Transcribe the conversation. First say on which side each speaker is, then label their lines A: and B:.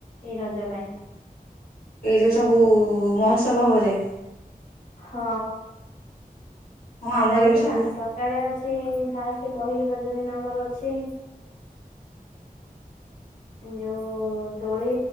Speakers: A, on the left; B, on the left.
A: ଏଇ ରଜ ପାଇଁ।
B: ଏଇ ଯୋଉ ସବୁ ମୋହତ୍ସବ ହବ ଯେ।
A: ହଁ
B: ହଁ
A: ଏ
B: ଆମର
A: ଜାଣିଛୁ
B: ବି ସବୁ
A: ନା ସକାଳେ ଅଛି ଫାର୍ଷ୍ଟ ପହିଲି ରଜ ଦିନ ଆମର ଅଛି। ଯୋଉ ଦୋଳି